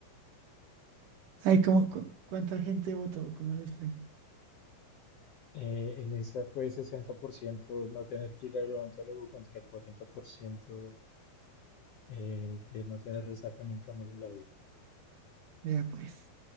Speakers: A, on the right; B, on the left.
A: Ay, ¿cómo, cu- cuánta gente votó? ¿Cómo les fue?
B: Eh, en esa fue 60% no tener que ir al odontólogo contra 40% eh, de no tener resaca nunca más en la vida.
A: Vea pues.